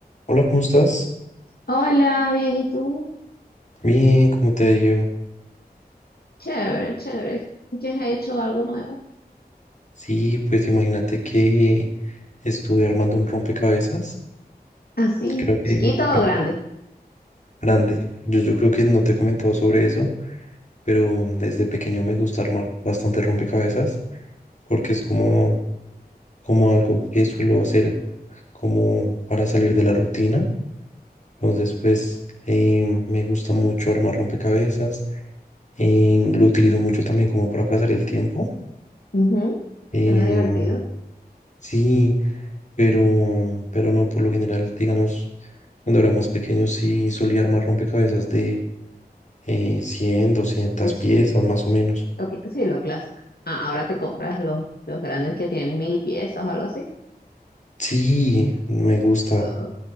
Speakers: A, on the left (about 45°); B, on the left (about 70°).
A: Hola, ¿cómo estás?
B: Hola, bien, ¿y tú?
A: Bien, ¿cómo te ha ido?
B: Chévere, chévere. ¿Qué has hecho? ¿Algo nuevo?
A: Sí, pues imagínate que estuve armando un rompecabezas,
B: ¿Así?
A: creo que
B: ¿Chiquito
A: creo-
B: o grande?
A: grande. Yo, yo creo que no te he comentado sobre eso, pero desde pequeño me gusta armar bastante rompecabezas porque es como, como algo que suelo hacer como para salir de la rutina. Entonces, pues eh, me gusta mucho armar rompecabezas, eh, lo utilizo mucho también como para pasar el tiempo.
B: Ujú,
A: Em,
B: Suena divertido.
A: sí. pero, pero no, por lo general, digamos, cuando era más pequeño sí solía armar rompecabezas de eh, 100, 200
B: Sí, sí.
A: piezas más o menos.
B: Lo, cl- sí, lo clásico. Ah, ahora te compras los, los grandes que tienen mil piezas o algo así.
A: Sí, me gusta,
B: Ah,